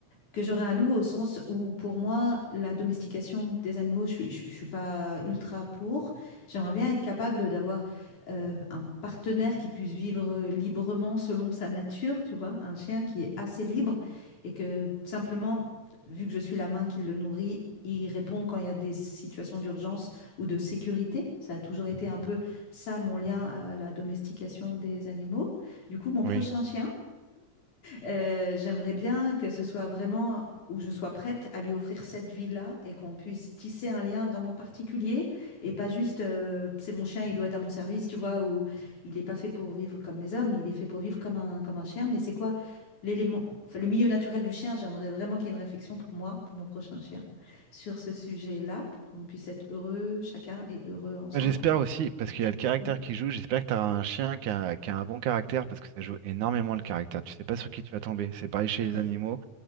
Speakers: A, on the left; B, on the right.
A: que j'aurais un loup au sens où, pour moi, la domestication des animaux, je ne suis pas ultra pour. J'aimerais bien être capable d'avoir euh, un partenaire qui puisse vivre librement selon sa nature, tu vois, un chien qui est assez libre et que simplement, vu que je suis la main qui le nourrit, il répond quand il y a des situations d'urgence ou de sécurité. Ça a toujours été un peu ça, mon lien à la domestication des animaux. Du coup, mon prochain
B: Oui.
A: chien, euh, j'aimerais bien que ce soit vraiment où je sois prête à lui offrir cette vie-là et qu'on puisse tisser un lien vraiment particulier et pas juste euh, c'est mon chien, il doit être à mon service, tu vois, ou il n'est pas fait pour vivre comme les hommes, il est fait pour vivre comme un, comme un chien. Mais c'est quoi l'élément, enfin, le milieu naturel du chien? J'aimerais vraiment qu'il y ait une réflexion pour moi, pour mon prochain chien, sur ce sujet-là pour qu'on puisse être heureux chacun et heureux ensemble.
B: Bah, j'espère aussi, parce qu'il y a le caractère
A: Mm.
B: qui joue, j'espère que tu auras un chien qui a, qui a un bon caractère, parce que ça joue énormément le caractère. Tu sais pas sur qui tu vas tomber. C'est pareil chez
A: Ouais,
B: les animaux.